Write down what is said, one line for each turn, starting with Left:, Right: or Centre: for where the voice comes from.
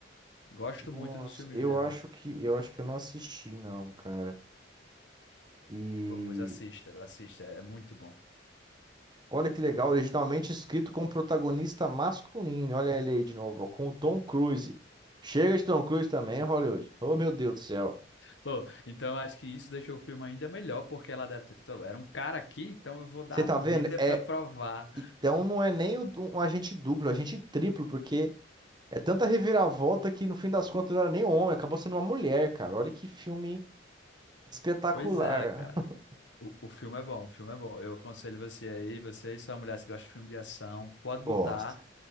Left: Gosto
Right: Nossa,
Left: muito dos filmes
Right: eu
Left: dela.
Right: acho que eu acho que eu não assisti não, cara. E
Left: Pô, pois assista, assista. É muito bom.
Right: olha que legal, originalmente escrito com protagonista masculino. Olha ele aí de novo, ó, com o Tom Cruise. Chega de Tom Cruise também, Hollywood. Oh, meu Deus do céu.
Left: Pô, então eu acho que isso deixou o filme ainda melhor, porque ela deve ter. "Tô, Era um cara aqui, então eu vou dar
Right: Você
Left: a
Right: tá
Left: vida
Right: vendo? É,
Left: pra provar.
Right: então não é nem o- um agente duplo, é um agente triplo, porque É tanta reviravolta que no fim das contas não era nem um homem, acabou sendo uma mulher, cara. Olha que filme espetacular.
Left: Pois é, cara.
Right: <laughs>
Left: O, o filme é bom, o filme é bom. Eu aconselho você aí, você e sua mulher, se gosta de filme de ação, pode botar
Right: Gosto.